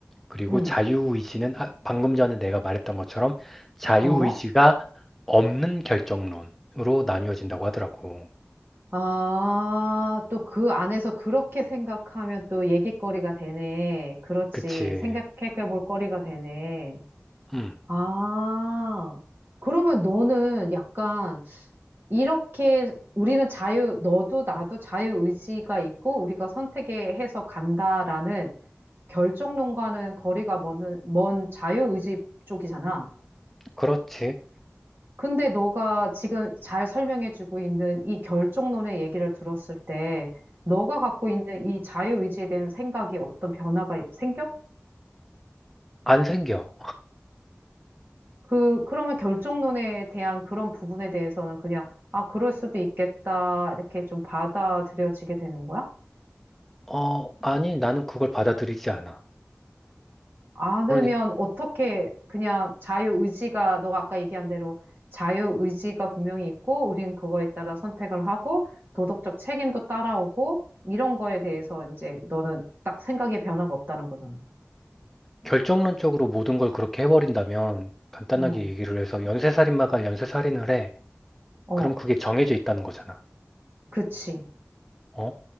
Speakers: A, in the centre; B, on the right.
A: 그리고
B: 응,
A: 자유의지는 아, 방금 전에 내가 말했던 것처럼 자유의지가
B: 어?
A: 없는 결정론으로 나뉘어진다고 하더라고.
B: 아, 또 그 안에서 그렇게 생각하면 또 얘기거리가 되네. 그렇지.
A: 그치.
B: 생각해 볼 거리가 되네.
A: 음,
B: 아, 그러면 너는 약간 이렇게 우리는 자유, 너도 나도 자유의지가 있고 우리가 선택에 해서 간다라는 결정론과는 거리가 먼, 먼 자유의지 쪽이잖아.
A: 그렇지.
B: 근데 너가 지금 잘 설명해주고 있는 이 결정론의 얘기를 들었을 때, 너가 갖고 있는 이 자유의지에 대한 생각이 어떤 변화가 생겨?
A: 안 생겨.
B: 그, 그러면 결정론에 대한 그런 부분에 대해서는 그냥, 아, 그럴 수도 있겠다, 이렇게 좀 받아들여지게 되는 거야?
A: 어, 아니, 나는 그걸 받아들이지 않아.
B: 않으면
A: 그러니까
B: 어떻게 그냥 자유의지가 너가 아까 얘기한 대로 자유의지가 분명히 있고 우린 그거에 따라 선택을 하고 도덕적 책임도 따라오고 이런 거에 대해서 이제 너는 딱 생각의 변화가 없다는 거잖아.
A: 결정론적으로 모든 걸 그렇게 해버린다면 간단하게
B: 어,
A: 얘기를 해서 연쇄살인마가 연쇄살인을 해.
B: 어,
A: 그럼 그게 정해져 있다는 거잖아.
B: 그치.
A: 어?